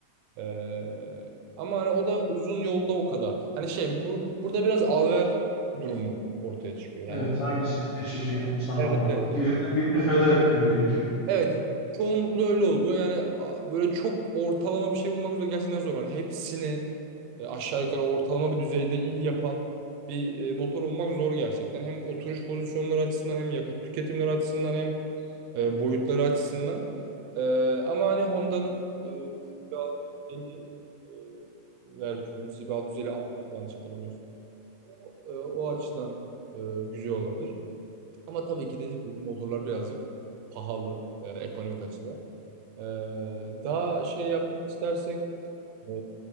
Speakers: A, on the right; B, on the left.
A: Ee, ama hani o da uzun yolda o kadar. Hani şey bu, burada biraz alver durumu ortaya çıkıyor. Yani
B: Evet hangisini seçeceğin sana
A: Evet,
B: bağlı.
A: evet.
B: Birinden birini feda etmen gerekiyor.
A: Evet çoğunlukla öyle oluyor. Yani a, böyle çok ortalama bir şey bulmak üzere gerçekten zor. Hani hepsini e, aşağı yukarı ortalama bir düzeyde iyi yapan bir e, motor olmak zor gerçekten. Hem oturuş pozisyonları açısından hem yakıt tüketimleri açısından hem e, boyutları açısından. E, ama hani Honda'nın e, CB650 e, versiyonu CB650 R yanlış hatırlamıyorsam e, o açıdan e, güzel olabilir. Ama tabii ki dediğim gibi motorlar birazcık pahalı e, ekonomik açıdan. Ee, daha şey yapmak istersek e,